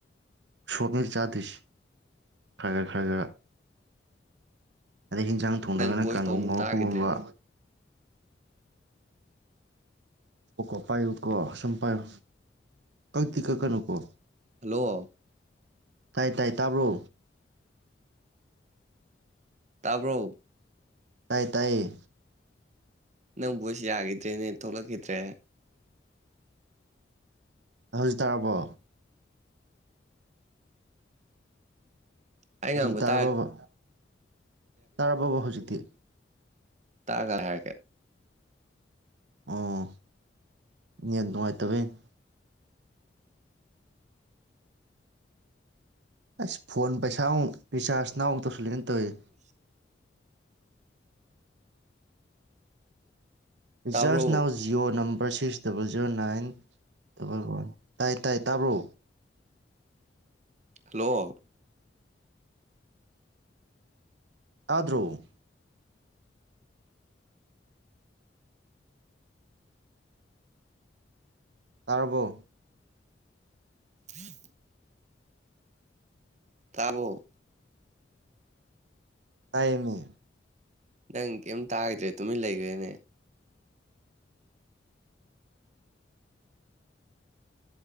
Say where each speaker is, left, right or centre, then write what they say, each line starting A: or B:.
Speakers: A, on the right (about 70°); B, on the right (about 40°).
A: ꯁꯣꯛꯅ ꯆꯥꯗꯣꯏꯁꯦ ꯈꯪꯉꯦ ꯈꯪꯉꯦ ꯑꯗꯩ ꯍꯤꯟꯖꯥꯡ ꯊꯣꯡꯗꯔ꯭ꯒꯅ
B: ꯅꯪ ꯚꯣꯏꯁꯇꯣ
A: ꯀꯥꯡꯒꯧ
B: ꯑꯃꯨꯛ
A: ꯉꯧꯔꯛꯄꯒꯨꯝꯕ
B: ꯇꯥꯈꯤꯗ꯭ꯔꯦꯕꯣ
A: ꯑꯣ ꯀꯣ ꯄꯌꯨ ꯀꯣ ꯁꯨꯝ ꯄꯥꯏꯌꯣ ꯀꯛꯇꯤ ꯀꯛꯀꯅꯨꯀꯣ
B: ꯍꯜꯂꯣ
A: ꯇꯥꯏ ꯇꯥꯏ ꯇꯥꯕ꯭ꯔꯣ
B: ꯇꯥꯕ꯭ꯔꯣ
A: ꯇꯥꯏ ꯇꯥꯏꯌꯦ
B: ꯅꯪ ꯕꯣꯏꯁ ꯌꯥꯈꯤꯗ꯭ꯔꯦꯅꯦ ꯊꯣꯛꯂꯛꯈꯤꯗ꯭ꯔꯦ
A: ꯍꯧꯖꯤꯛ ꯇꯥꯔꯕꯣ
B: ꯑꯩ ꯉꯥꯡꯕ
A: ꯖꯤ ꯇꯥꯔꯕꯔ꯭ꯕ
B: ꯇꯥꯔꯦ
A: ꯇꯥꯔꯕꯔ꯭ꯕ ꯍꯧꯖꯤꯛꯇꯤ
B: ꯇꯥꯔ ꯀꯥꯟꯗ ꯍꯥꯏꯔꯛꯀꯦ
A: ꯑꯣ ꯅꯦꯠ ꯅꯨꯡꯉꯥꯏꯇꯕꯩꯅꯤ ꯑꯁ ꯐꯣꯟ ꯄꯩꯁꯥ ꯑꯃꯨꯛ ꯔꯤꯆꯥꯔꯖ ꯅꯥꯎ ꯑꯃꯨꯛ ꯇꯧꯁꯤꯜꯂꯛꯑꯦꯅꯦ ꯇꯧꯋꯦ ꯔꯤꯖꯥꯔꯁ
B: ꯇꯥꯕ꯭ꯔꯣ
A: ꯅꯥꯎ Jio number five six double zero nine double one ꯇꯥꯏ ꯇꯥꯏ ꯇꯥꯕ꯭ꯔꯣ
B: ꯍꯜꯂꯣ
A: ꯇꯥꯗ꯭ꯔꯣ ꯇꯥꯔꯕꯣ
B: ꯍꯝ ꯇꯥꯕꯔꯣ
A: ꯇꯥꯏꯌꯦꯃꯤ
B: ꯅꯪ ꯀꯩꯝ ꯇꯥꯒꯤꯗ꯭ꯔꯦ ꯇꯨꯃꯤꯟ ꯂꯩꯈ꯭ꯔꯦꯅꯦ